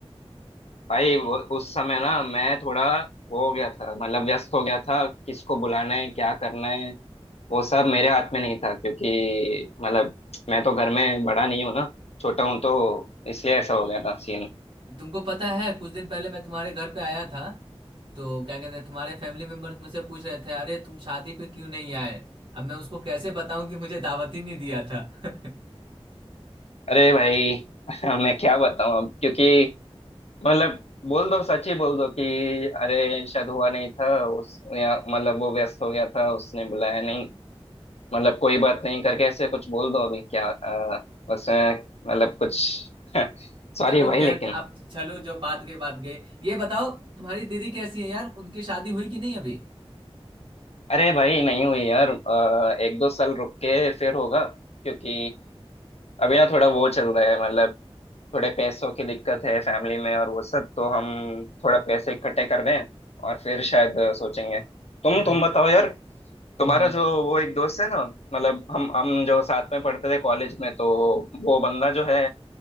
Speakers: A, on the left; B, on the right.
A: भाई वो उस समय ना मैं थोड़ा वो हो गया था मतलब व्यस्त हो गया था किसको बुलाना है क्या करना है वो सब मेरे हाथ में नहीं था क्योंकि मतलब मैं तो घर में बड़ा नहीं हूँ ना छोटा हूँ तो इसलिए ऐसा हो गया था सीन
B: तुमको पता है कुछ दिन पहले मैं तुम्हारे घर पे आया था तो क्या कहते हैं तुम्हारे फैमिली मेंबर्स मुझसे पूछ रहे थे अरे तुम शादी पे क्यों नहीं आए अब मैं उसको कैसे बताऊं कि मुझे दावत ही नहीं दिया था <laughs>
A: अरे भाई <laughs> मैं क्या बताऊँ अब क्योंकि मतलब बोल दो सच ही बोल दो कि अरे शायद हुआ नहीं था उस या मतलब वो व्यस्त हो गया था उसने बुलाया नहीं मतलब कोई बात नहीं करके ऐसे कुछ बोल दो अभी क्या अ, बस अ, मतलब कुछ <laughs> सॉरी
B: चलो
A: भाई
B: खैर
A: लेकिन
B: अब चलो जो बात गई बात गई ये बताओ तुम्हारी दीदी कैसी है यार उनकी शादी हुई कि नहीं अभी
A: अरे भाई नहीं हुई यार अ, एक दो साल रुक के फिर होगा क्योंकि अभी ना थोड़ा वो चल रहा है मतलब थोड़े पैसों की दिक्कत है फैमिली में और वो सब तो हम थोड़ा पैसे इकट्ठे कर रहे हैं और फिर शायद सोचेंगे तुम
B: नहीं
A: तुम बताओ यार तुम्हारा
B: हाँ
A: जो वो एक दोस्त है ना मतलब हम हम जो साथ में पढ़ते थे कॉलेज में तो वो बंदा जो है